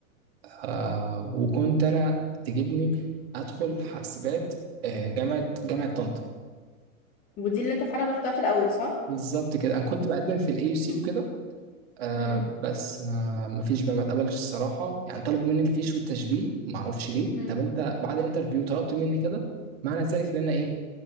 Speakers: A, on the right; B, on the left.
A: آه وكنت انا تجيبني ادخل حاسبات آه جامعه جامعه طنطا
B: ودي اللي انت فعلا رحتها في الاول صح؟
A: فبالظبط كده انا كنت بقدم في الاي سي
B: مم.
A: وكده آه
B: مم.
A: بس ما ما فيش بقى ما اتقبلش الصراحه يعني طلبوا مني الفيش والتشبيه ما اعرفش ليه
B: مم.
A: طب انت بعد انترفيو طلبت مني كده معنى ذلك ان انا ايه